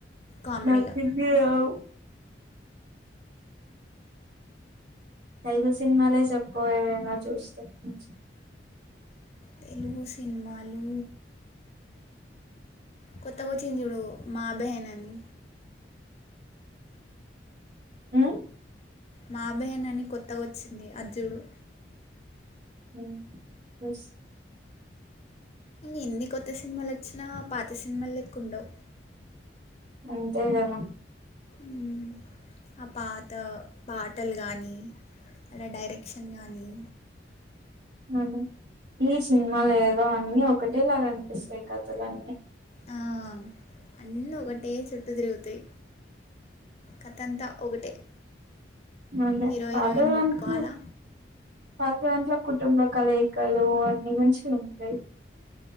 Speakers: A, on the left; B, on the right.
A: కామెడీగా
B: నాకు హిందీ రావు తెలుగు సినిమాలే చెప్పు ఏవైనా చూస్తే కొంచెం
A: తెలుగు సినిమాలు కొత్తగోచ్చింది చుడు మా బెహన్ అని
B: మ్
A: మా బెహన్ అని కొత్తగొచ్చింది అది చూడు
B: మ్ చుస్
A: ఎన్ని కొత్త సినిమాలు వచ్చినా పాత సినిమాళ్ళేక్కఉండవు
B: అంతే కదా
A: మ్ ఆ పాత పాటలు కానీ అలా డైరెక్షన్ కానీ
B: అవు ఈ సినిమాలు ఏదో అన్నిీ ఒకటేలాగా అనిపిస్తాయి కథలన్నీ
A: అ అన్నీ ఒకటే చుట్టు తిరుగుతాయి కథంతా ఒకటే
B: అదే
A: హీరో
B: పాతదాంట్లో
A: హీరోయిన్ కొట్టుకోవాలా
B: పాతదాంట్లో కుటుంబ కలయి కలు అన్ని మంచిగుంయి